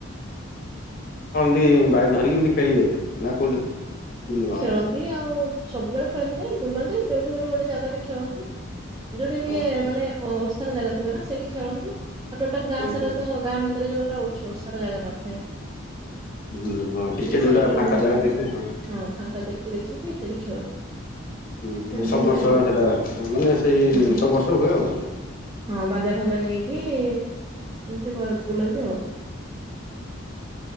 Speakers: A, on the left (about 45°); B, on the right (about 20°).
A: ତି ବା ଧରିକି ଏମିତି ଖେଳିବେ ନା କୋଉଠି କେମିତି କଣ
B: ଖେଳନ୍ତି
A: ଏଟା?
B: ଆଉ ସବୁବେଳେ ଖେଳନ୍ତି ନାଇଁ ବୁଲନ୍ତି। ଯୋଉଠି ଗୋଟେ ଗୋଟେ ଜାଗାରେ ଖେଳନ୍ତି। ଯୋଉଠି ଟିକେ
A: ଓହୋ ହୁଁ
B: ମାନେ ଓଷାର ଜାଗା ଥିବ ନା ସେଇଠି ଖେଳନ୍ତି। ଆଉ ଟୋଟାଲ ଗାଁ ସାରା
A: ହୁଁ
B: ତ ଗାଁ ଭିତ ତାରେ ଯୋଉଟା ଓ ଓସାର ଜାଗା ନଥାଏ।
A: ହୁଁ ହଁ ଟିକେ
B: ଦି ସାଇଡ
A: ଯୋଉଟା
B: ରେ
A: ଫାଙ୍କା
B: ଘର ଥାଆନ୍ତି
A: ଜାଗା ଦେଖିବେ
B: ନା
A: ହଁ।
B: ଫାଙ୍କା ଦେଖି ଦେଖିକି ସେଠି ଖେଳନ୍ତି।
A: ହୁଁ <unintelligible>
B: ଏମିତି
A: ସବୁ
B: ହୁଏ
A: ବର୍ଷ
B: ଆଉ।
A: ସେଟା ମାନେ ସେଇ
B: ହୁଁ
A: ସବୁ ବର୍ଷ ହୁଏ ଆଉ।
B: ହଁ ବାଜା ଫାଜା ନେଇକି। ଏମିତି କର ବୁଲନ୍ତି ଆଉ।